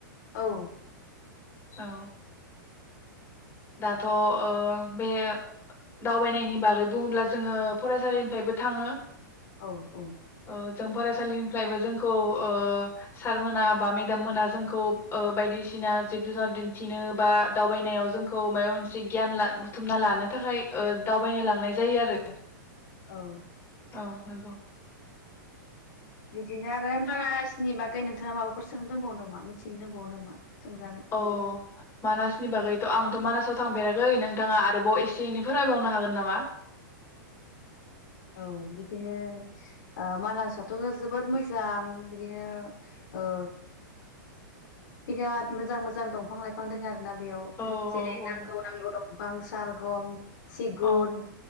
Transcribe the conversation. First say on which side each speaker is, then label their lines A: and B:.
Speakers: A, on the left; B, on the left.
A: औ
B: औ दाथ' ओ बे दावबायनायनि बागै बुङोब्ला जोङो फरायसालिनिफ्रायबो थाङो
A: औ औ
B: ओ जों फरायसालिनिफ्रायबो जोंखौ ओ सारमोना बा मेडाम मोना जोंखौ ओ बायदिसिना जिब जुनार दिन्थिनो बा दावबायनायाव जों खौ मायबा मोनसे गियान ला बुथुमना लानो थाखाय ओ दावबायनो लांनाय जायो आरो
A: औ
B: औ नोंगौ।
A: बिदिनो आरो मार <unintelligible> मानासनि बागै नोंथाङा माबाफोर सोंनो दोंबावनो नामा मिथिनो दोंबावो नामा? सोंजागोन
B: अ मानासनि बागै आंथ' मानासाव थांफेराखै नोंथाङा आरोबाव एसे एनै फोरमायबावनो हागोन नामा?
A: औ बिदिनो ओ मानासावथ' जोबोद मोजां बिदिनो ओ बिराद मोजां मोजां दंफां लाइफां दों आरो ना बेयाव
B: औ
A: जेरै
B: औ
A: नांगौ नांगौ दं फां सालगम सिगुन
B: औ